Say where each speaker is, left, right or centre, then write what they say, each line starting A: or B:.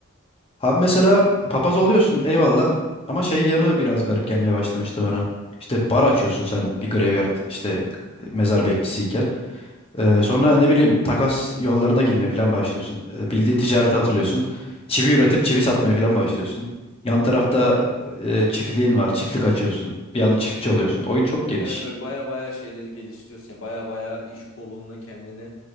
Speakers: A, on the left; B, on the left.
A: Abi mesela papaz oluyorsun eyvallah. Ama şey yanı biraz garip gelmeye başlamıştı bana. İşte bar açıyorsun sen bir graveyard işte mezar bekçisiyken. Ee, sonra ne bileyim takas yollarına girmeye falan başlıyorsun. Ee, bildiğin ticarete atılıyorsun. Çivi üretip çivi satmaya falan başlıyorsun. Yan tarafta e, çiftliğin var. Çiftlik açıyorsun. Bir anda çiftçi oluyorsun. Oyun çok geniş.
B: Evet böyle baya baya şeyleri geliştiriyorsun yani baya baya iş kolunda kendini